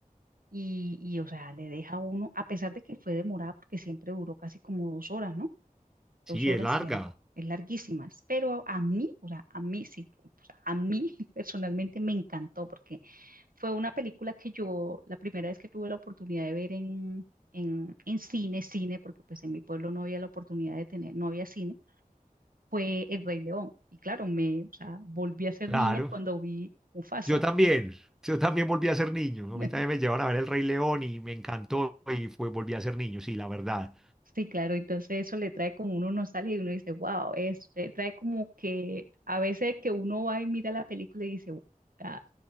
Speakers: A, on the right; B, in the centre.
A: y, y o sea, le deja a uno, a pesar de que fue demorada porque siempre duró casi como dos horas, ¿no? dos
B: Sí,
A: horas
B: es larga,
A: y algo, es larguísimas, pero a mí, o sea, a mí sí, o sea, a mí <laughs> personalmente me encantó porque fue una película que yo, la primera vez que tuve la oportunidad de ver en, en, en cine, cine, porque pues en mi pueblo no había la oportunidad de tener, no había cine, fue El Rey León. Y claro, me, o sea, volví a ser
B: claro.
A: niña cuando vi Mufasa.
B: Yo también, yo también volví a ser niño.
A: <laughs>
B: A mí también me llevaron a ver El Rey León y me encantó y fue, volví a ser niño, sí, la verdad.
A: Sí, claro, entonces eso le trae como uno nostalgia y uno dice, wow, es, le trae como que a veces que uno va y mira la película y dice, "Ah",